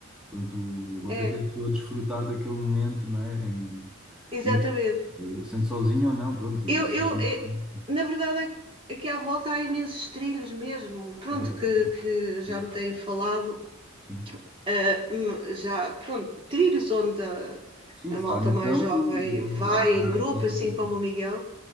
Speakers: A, in the centre; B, on the right (about 25°).
A: Portanto, o objetivo
B: é,
A: é a pessoa é desfrutar daquele momento, não é? Em,
B: exatamente.
A: mesmo se- eh, sendo sozinho ou não, pronto,
B: Eu,
A: e sozinho,
B: eu, eh,
A: pronto,
B: na verdade, aqui à volta há imensos trilhos mesmo, pronto,
A: é verdade.
B: que, que já
A: é. Eh,
B: me têm falado,
A: Sim,
B: ah, hum, já, pronto, trilhos onde a,
A: sim,
B: a
A: se
B: malta
A: está no
B: mais
A: campo,
B: jovem
A: de,
B: vai
A: de,
B: em grupo,
A: toque,
B: assim
A: fica,
B: como o Miguel,